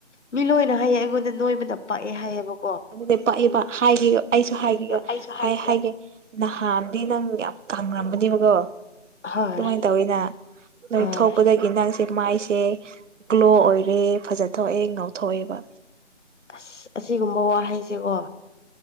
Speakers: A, on the left; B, on the right.
A: ꯃꯤ ꯂꯣꯏꯅ ꯍꯥꯏꯌꯦ ꯑꯩꯉꯣꯟꯗ ꯅꯣꯏꯕꯅ ꯄꯥꯛꯑꯦ ꯍꯥꯏꯌꯦꯕꯀꯣ
B: ꯑꯗꯨꯗꯤ ꯄꯥꯛꯏꯕ ꯍꯥꯏꯔ ꯑꯩꯁꯨ ꯍꯥꯏꯒꯦ
A: ꯑꯩꯁꯨ ꯍꯥꯏꯕꯤꯒ
B: ꯍꯥꯏ ꯍꯥꯏꯒꯦ ꯅꯍꯥꯟꯗꯤ ꯅꯪ ꯌꯥꯝ ꯀꯪꯉꯝꯕꯅꯦꯕꯀꯣ
A: ꯍꯣꯏ
B: ꯑꯗꯨꯃꯥꯏꯅ ꯇꯧꯋꯤꯅ ꯅꯣꯏ
A: ꯍꯣꯏ
B: ꯊꯣꯛꯄꯗꯒꯤ ꯅꯪꯁꯦ ꯃꯥꯏꯁꯦ ꯒ꯭ꯂꯣ ꯑꯣꯏꯔꯦ ꯐꯖꯊꯣꯛꯑꯦ ꯉꯧꯊꯣꯛꯑꯦꯕ
A: ꯑꯁ ꯑꯁꯤꯒꯨꯝꯕ ꯋꯥꯍꯩꯁꯤꯀꯣ